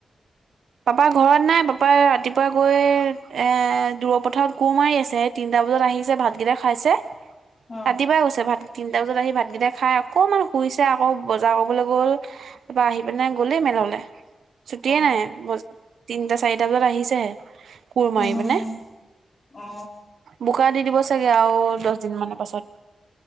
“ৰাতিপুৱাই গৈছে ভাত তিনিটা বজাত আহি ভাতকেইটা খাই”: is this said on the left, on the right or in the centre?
Right